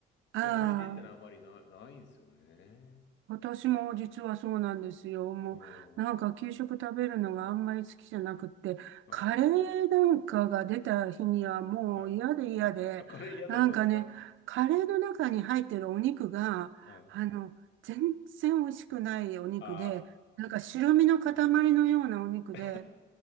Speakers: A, on the right; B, on the left.
A: あ
B: 思い出ってのはあまりな、
A: あ。
B: ないんですよね。
A: 私も実はそうなんですよ。もう、
B: うん。
A: なんか給食食べるのがあんまり好きじゃなくって、
B: はい。
A: カレーなんかが出た日にはもう嫌で嫌で、
B: はい。あ、カレー嫌だったんですか
A: なんかね、カレーの中に入ってるお肉が、
B: はい。
A: あの、全然美味しくないお肉で、
B: あ
A: なんか白身の塊のようなお肉で、
B: ーあ